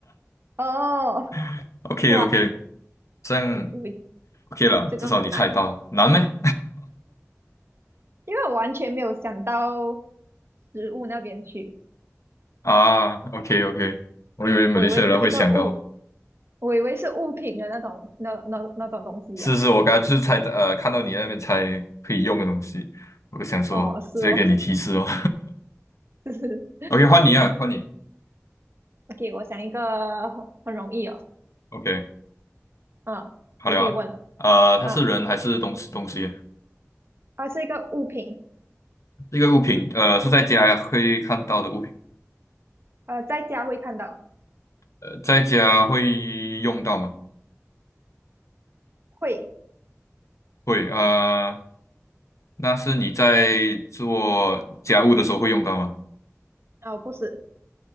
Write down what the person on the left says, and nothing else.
<laughs>，OK
OK，这样
OK 了，
至少你猜到，
难咩？
啊，OK OK，我以为马来西亚人会想到，
是是，我刚刚就是猜呃看到你那边猜可以用的东西，我就想说直接给你提示哦。
<laughs> OK，换你啊，换你。
OK，
好了
啊，呃，它是人还是东西东西？
这个物品，呃，是在家会看到的物品，
呃，在家会用到吗？
会，呃，那是你在做家务的时候会用到吗？